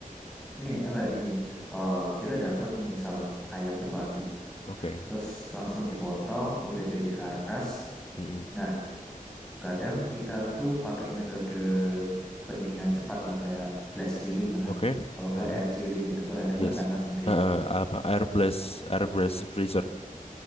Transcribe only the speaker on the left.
oke
Mm-mm.
oke
Heeh.
yes
Heeh, apa air blast air blast freezer